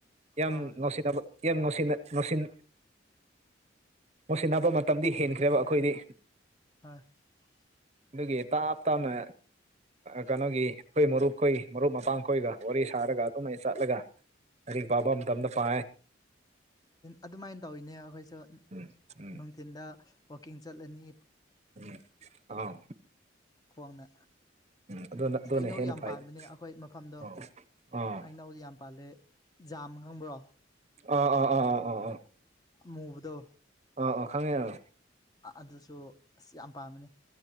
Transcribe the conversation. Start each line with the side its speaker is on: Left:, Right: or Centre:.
Right: ꯌꯥꯝ
Left: ꯍꯣꯏ ꯍꯣꯏ
Right: ꯅꯅꯨꯡꯁꯤ ꯌꯥꯝ ꯅꯅꯨꯡꯁꯤ ꯅꯁꯤꯟ ꯃꯁꯤꯟꯅꯕ ꯃꯇꯝꯗꯤ ꯍꯦꯟꯈ꯭ꯔꯦꯕ ꯑꯩꯈꯣꯏꯗꯤ
Left: ꯍꯥꯣꯏ
Right: ꯑꯗꯨꯒꯤ ꯇꯥꯞ ꯇꯞꯃꯦ ꯀꯩꯅꯣꯒꯤ ꯑꯩꯈꯣꯏ ꯃꯔꯨꯞꯈꯣꯏ ꯃꯔꯨꯞ ꯃꯄꯥꯡꯈꯣꯏꯒ ꯋꯥꯔꯤ ꯁꯥꯔꯒ ꯑꯗꯨꯝꯅ ꯑꯩ ꯆꯠꯂꯒ ꯑꯔꯤꯛ ꯄꯥꯕ ꯑꯃꯇꯅ ꯄꯥ
Left: ꯑꯗꯨꯃꯥꯏꯅ ꯇꯧꯋꯤꯅꯦ ꯑꯩꯈꯣꯏꯁꯨ
Right: ꯎꯝ ꯎꯝ
Left: ꯅꯨꯡꯊꯤꯤꯟꯗ ꯋꯥꯛꯀꯤꯡ ꯆꯠꯂꯅꯤ
Right: ꯎꯝ ꯑꯥꯎ
Left: ꯈꯨꯋꯥꯡꯅ
Right: ꯎꯝ ꯑꯗꯨꯅ ꯑꯗꯨꯅ
Left: ꯍꯩꯅꯧ
Right: ꯍꯦꯟꯅ
Left: ꯌꯥꯝ
Right: ꯐꯩꯗ
Left: ꯄꯅꯦ ꯑꯩꯈꯣꯏ ꯃꯐꯝꯗꯣ
Right: ꯑꯥ ꯑꯥ
Left: ꯍꯩꯅꯧꯗ ꯌꯥꯝ ꯄꯂꯦ ꯖꯥꯝ ꯈꯪꯕ꯭ꯔꯣ
Right: ꯑ ꯑ ꯑ ꯑ ꯑ ꯑ
Left: ꯃꯨꯕꯗ
Right: ꯑꯥ ꯑ ꯈꯪꯉꯦ ꯑꯣ
Left: ꯑꯗꯨꯁꯨ ꯑꯁ ꯌꯥꯝ ꯄꯥꯝꯝꯕꯅꯤ